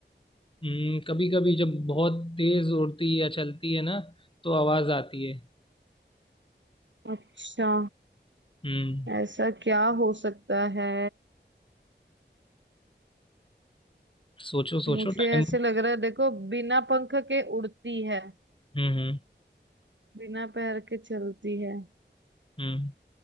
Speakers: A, on the left (about 25°); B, on the right (about 75°).
A: हम्म कभी कभी जब बहुत तेज उड़ती या चलती है ना तो आवाज आती है
B: अच्छा
A: हम्म
B: ऐसा क्या हो सकता है
A: सोचो सोचो
B: मुझे
A: टाइम
B: ऐसे लग रहा है देखो बिना पंख के उड़ती है
A: हम्म हम्म
B: बिना पैर के चलती है
A: हम्म